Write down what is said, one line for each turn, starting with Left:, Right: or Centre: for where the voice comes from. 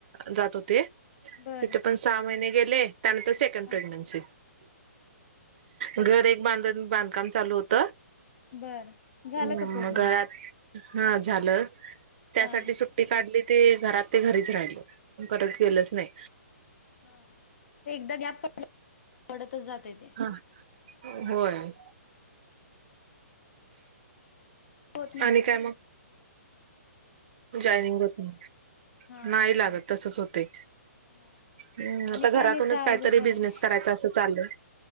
Right: जात होते.
Left: बरं
Right: तिथ पण सहा महिने गेले त्यांन सेकंड प्रेग्नेंसी
Left: हा
Right: घर एक बांधन-बांधकाम चालू होत.
Left: बर झालं
Right: हम्
Left: का पूर्ण
Right: म घरात
Left: मग
Right: हा झालं त्यासाठी
Left: हा
Right: सुट सुट्टी काढली ते घरात ते घरीच राहिल प परत गेलच नाय.
Left: हा ते एकदा गॅप प- पडतच जातय ते.
Right: हा होय.
Left: होत नाही
Right: आणि काय म? जॉनिंग होत नाय,
Left: हा होत
Right: नाय
Left: नाही
Right: लागत
Left: लवकर
Right: तसच होतय.
Left: हा
Right: हम्म
Left: आणि
Right: आता
Left: काय
Right: घरातूनच
Left: नाही चहा
Right: काय
Left: वगैरे
Right: तरी
Left: झालं
Right: बिझनेस
Left: की
Right: करायचा असं चाललय.